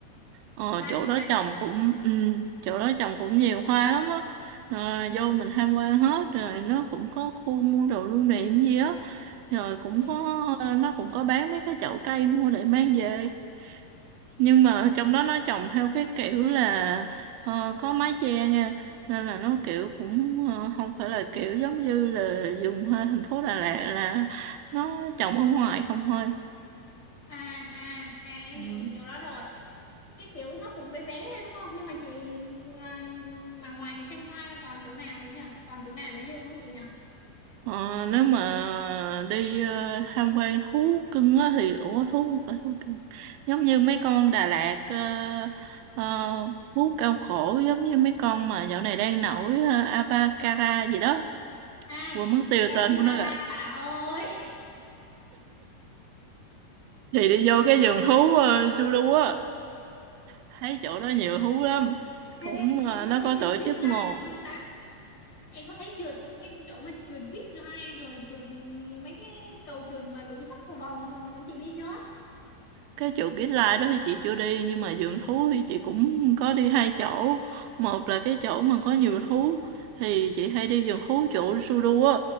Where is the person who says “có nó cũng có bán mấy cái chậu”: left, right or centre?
Right